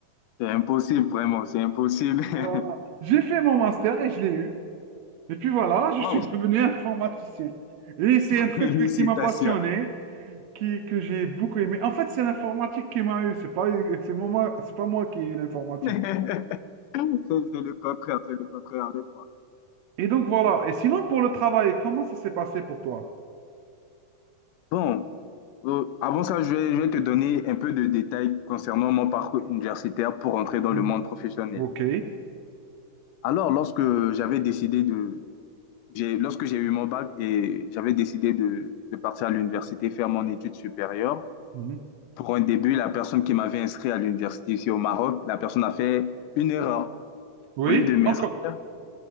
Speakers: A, on the left (about 85°); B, on the right (about 75°).
A: C'est impossible, vraiment. C'est impossible.
B: Voilà.
A: <laughs>
B: J'ai fait mon master et je l'ai eu. Et puis voilà, je
A: Wow,
B: suis <laughs> devenu informaticien. Et c'est
A: <laughs>
B: un truc
A: félicitations.
B: qui m'a passionné, qui, que j'ai beaucoup aimé. En fait, c'est l'informatique qui m'a eu, c'est pas, c'est moi, c'est pas moi qui ai eu l'informatique.
A: <laughs> C'est c'est le contraire, c'est le contraire avec moi.
B: Et donc voilà. Et sinon, pour le travail, comment ça s'est passé pour toi?
A: Bon, euh, avant ça, je vais, je vais te donner un peu de détails concernant mon parcours universitaire pour entrer dans
B: Mhm.
A: le monde professionnel.
B: Ok.
A: Alors, lorsque j'avais décidé de, j'ai- lorsque j'ai eu mon bac et j'avais décidé de, de partir à l'université faire mon étude supérieure,
B: Mhm.
A: pour un début, la personne qui m'avait inscrit à l'université ici au Maroc, la personne a fait une erreur.
B: Oui,
A: Au lieu de m'inscrire,
B: encore.